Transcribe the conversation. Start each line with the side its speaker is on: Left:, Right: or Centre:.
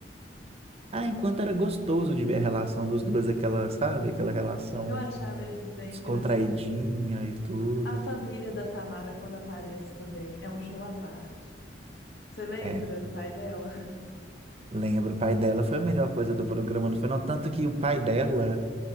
Right: ah, enquanto era gostoso de ver a relação dos dois, aquela, sabe, aquela relação
Left: eu achava eles bem
Right: descontraidinha
Left: engraçados.
Right: e tudo.
Left: A família da Tamara, quando aparece também, é um show à parte. Você lembra
Right: É,
Left: do pai dela?
Right: lembro, o pai dela foi a melhor coisa do programa, não foi? Não, tanto que o pai dela